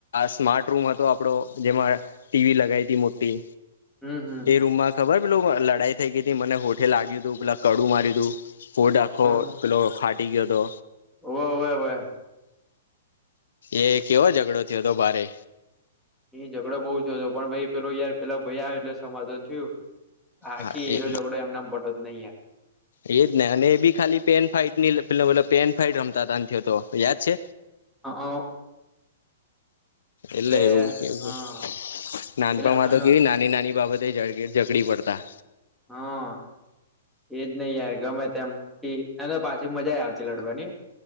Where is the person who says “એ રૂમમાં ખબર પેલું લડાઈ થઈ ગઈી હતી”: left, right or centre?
Left